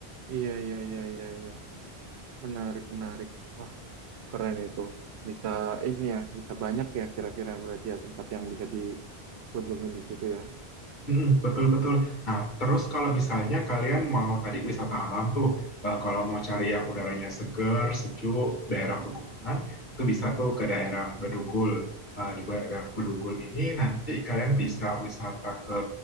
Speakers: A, on the right (about 80°); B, on the left (about 45°).
A: iya iya iya iya iya. Menarik menarik. Wah, keren itu. Bisa ini ya, bisa banyak ya kira-kira berarti ya tempat yang bisa dikunjungi di situ ya.
B: Mm, Betul, betul. Nah, terus kalau misalnya kalian mau tadi wisata alam tuh, eh, kalau mau cari yang udaranya seger, sejuk, daerah pegunungan, itu bisa tuh ke daerah Bedugul. Eh, di daerah Bedugul ini nanti kalian bisa wisata ke